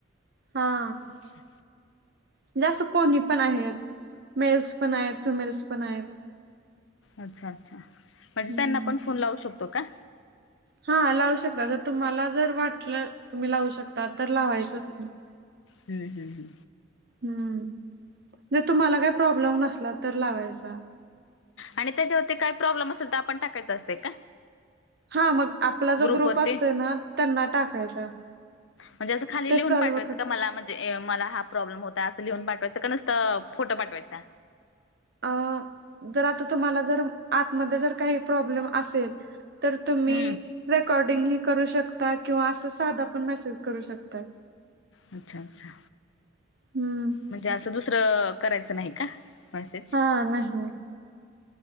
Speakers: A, on the right; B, on the left.
A: हा.
B: अच्छा.
A: म्हणजे असं कोणी पण आहेत... मेल्स पण आहेत... फिमेल्स पण आहेत.
B: अच्छा अच्छा... म्हणजे
A: हम्म.
B: त्यांना पण फोन लावू शकतो का?
A: हा लावू शकता... जर तुम्हाला जर वाटलं... तुम्ही लावू शकता.. तर लावायचं की.
B: हू हू हू.
A: हम्म जर तुम्हाला काय प्रॉब्लेम नसला तर लावायचा.
B: आणि त्याच्यावरती काय प्रॉब्लेम असल तर... आपण टाकायचं असतं का?
A: हा मग आपला जो
B: ग्रुपवरती
A: ग्रुप असतोय ना... त्यांना टाकायचा.
B: म्हणजे असं खाली
A: ते
B: लिहून
A: सॉल्व
B: पाठवायचं
A: कर
B: का मला म्हण म्हणजे मला... हा प्रॉब्लेम होता असं लिहून पाठवायचा.. का नुसतं फोटो पाठवायचा?
A: अं... जर आता तुम्हाला जर... आतमध्ये जर काही प्रॉब्लेम असेल तर तुम्ही
B: हम्म
A: रेकॉर्डिंग ही करू शकता... किंवा असा... साधा पण मेसेज करू शकताय.
B: अच्छा अच्छा...
A: हम्म.
B: म्हणजे असं दुसरं... करायचं नाही का... मेसेज?
A: हा... नाही नाही.